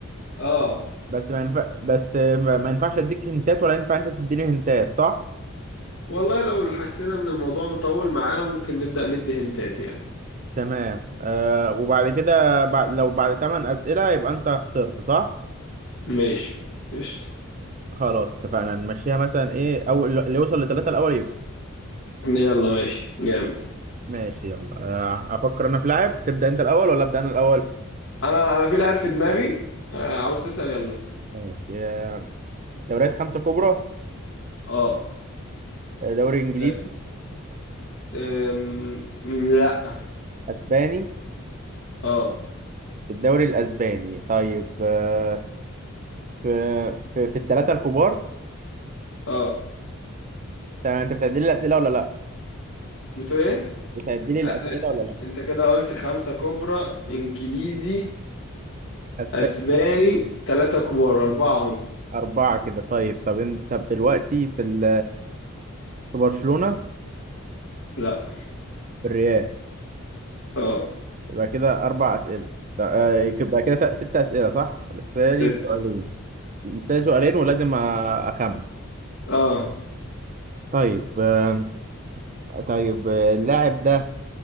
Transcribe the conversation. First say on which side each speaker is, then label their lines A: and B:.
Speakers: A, on the left (about 75°); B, on the right (about 35°).
A: اه
B: بس ما ينفع بس ما ما ينفعش أديك هنتات ولا ينفع أنت تديني هنتات صح
A: والله لو حسينا ان الموضوع مطول معانا ممكن نبدأ ندي هنتات يعني
B: تمام آه وبعد كده بعد لو بعد 8 أسئلة يبقى أنت خسرت صح؟
A: ماشي قشطة
B: خلاص اتفقنا نمشيها مثلا إيه أول اللي يوصل لثلاثة الأول يكسب
A: يلا ماشي جامد
B: ماشي يلا آه أفكر أنا في لاعب تبدأ أنت الأول ولا أبدأ أنا الأول؟
A: انا انا في لاعب في دماغي آه، عاوز تسأل يلا اسأل
B: ماشي آه دوريات خمسة كبرى
A: اه
B: آه، دوري إنجليزي
A: لا أم، لا
B: أسباني
A: اه
B: الدوري الأسباني طيب آه في في, في الثلاثة الكبار
A: اه
B: تمام أنت بتعدي لي الأسئلة ولا لأ؟
A: بتقول ايه
B: بتعدي لي
A: آه،
B: الأسئلة
A: آه،
B: ولا لأ؟
A: انت كده قلت خمسة كبرى انجليزي
B: أسباني
A: اسباني ثلاثة كبار اربعة هم
B: أربعة كده طيب طب أنت طب دلوقتي في ال- في برشلونة
A: لا
B: في الريال
A: اه
B: يبقى كده أربع أسئلة ط- آه، يبقى كده تق- ست أسئلة صح؟ لسه
A: ستة
B: لي سؤالين لسه لي سؤالين ولازم أ- أخمن
A: اه
B: طيب آم، طيب آه، اللاعب ده